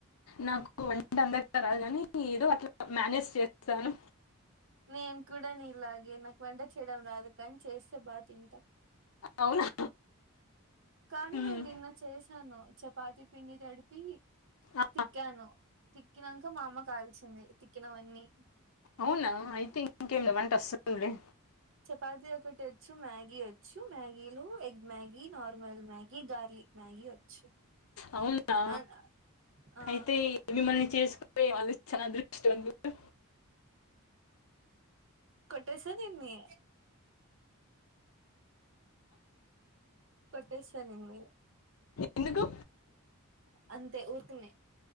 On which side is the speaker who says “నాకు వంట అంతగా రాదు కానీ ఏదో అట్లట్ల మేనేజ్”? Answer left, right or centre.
Left